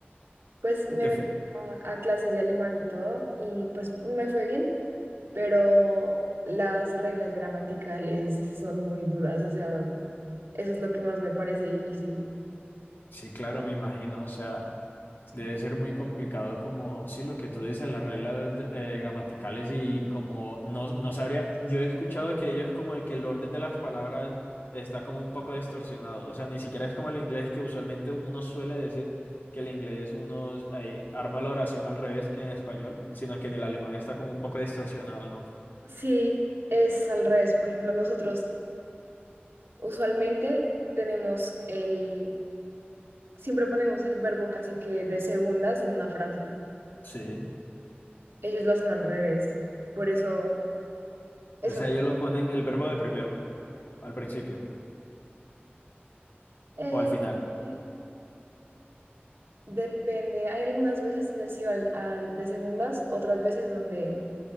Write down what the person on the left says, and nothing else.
Te
fue-
Sí, claro, me imagino, o sea, debe ser muy complicado como, sí, lo que tú dices, las reglas dr- eh, gramaticales y como no, no sabría, yo he escuchado que ellos como de que el orden de las palabras está como un poco distorsionado, o sea, ni siquiera es como el inglés que usualmente uno suele decir que el inglés uno eh, arma la oración al revés que en español, sino que en el alemán está como un poco distorsionado, ¿no?
Sí,
o sea, ellos los ponen el verbo de primero, al principio
o al final.